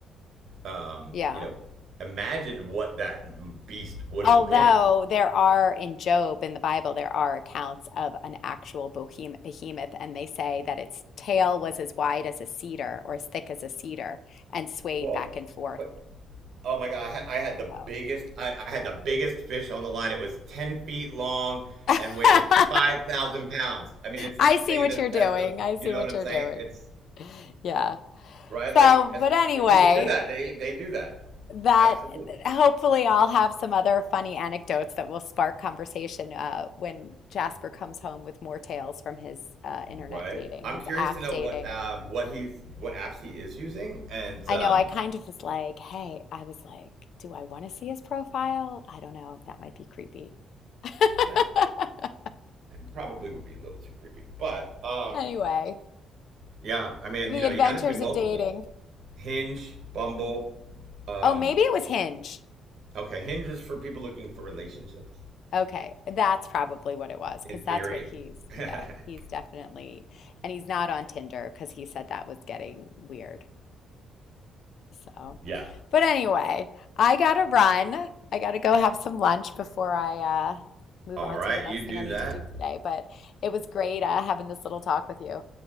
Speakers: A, on the right; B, on the left.
A: um,
B: yeah.
A: you know imagined what that beast would
B: Although
A: have been.
B: there are in Job in the Bible, there are accounts of an actual behemoth, behemoth, and they say that its tail was as wide as a cedar or as thick as a cedar and swayed
A: Well,
B: back and forth.
A: but oh my god, I had, I had the biggest.
B: So.
A: I, I had the biggest fish on the line. It was ten feet long
B: <laughs>
A: and weighed five thousand pounds. I mean, it's
B: I
A: the
B: see
A: same
B: what
A: as
B: you're doing.
A: as the.
B: I see
A: You know
B: what
A: what I'm
B: you're
A: saying?
B: doing.
A: It's
B: Yeah.
A: right. Like
B: So,
A: as
B: but anyway,
A: people do that, they they do that.
B: That
A: Absolutely.
B: hopefully I'll have some other funny anecdotes that will spark conversation uh, when Jasper comes home with more tales from his uh, internet
A: Right.
B: dating,
A: I'm
B: his
A: curious
B: app
A: to know
B: dating.
A: what um what he's what apps he is using, and
B: I
A: um
B: know I kind of was like, hey, I was like, do I want to see his profile? I don't know. That might be creepy.
A: eh,
B: <laughs>
A: probably would be a little too creepy, but um
B: Anyway,
A: yeah, I mean
B: the
A: you know
B: adventures
A: you got to do multiples.
B: of dating.
A: Hinge, Bumble, um
B: Oh, maybe it was Hinge.
A: okay, Hinge is for people looking for relationships
B: Okay, that's probably what it was because
A: in theory.
B: that's what he's, yeah,
A: <laughs>
B: he's definitely, and he's not on Tinder because he said that was getting weird. So,
A: yeah.
B: but anyway, I gotta run. I gotta go have some lunch before I uh, move
A: All
B: on
A: right,
B: to the next
A: you do
B: thing I need
A: that
B: to do today. But it was great uh, having this little talk with you.